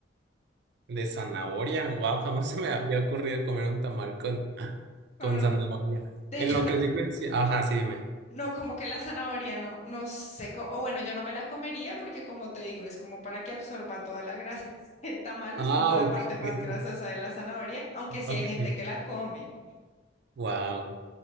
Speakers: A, on the right; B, on the left.
A: De zanahoria, wow, jamás se me había ocurrido comer un tamal con, <laughs>
B: Con
A: con
B: un-
A: zanahoria.
B: de
A: En
B: hecho,
A: lo
B: no,
A: que sí coinci- ajá, sí, dime.
B: no, como que la zanahoria no, no sé, co- o bueno, yo no me la comería porque como te digo, es como para que absorba toda la grasa <laughs> el tamal,
A: Ah,
B: es como la
A: ok,
B: parte
A: <laughs>
B: más grasosa de la zanahoria, aunque sí
A: ok,
B: hay gente que la come.
A: wow.